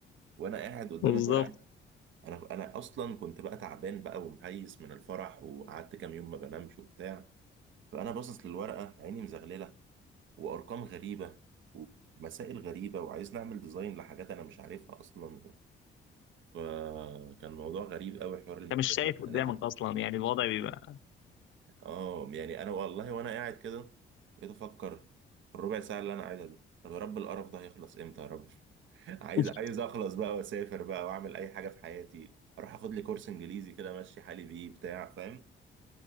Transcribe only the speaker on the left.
بالظبط
انت مش شايف
قدامك
اصلا يعني الوضع بيبقى
<laughs>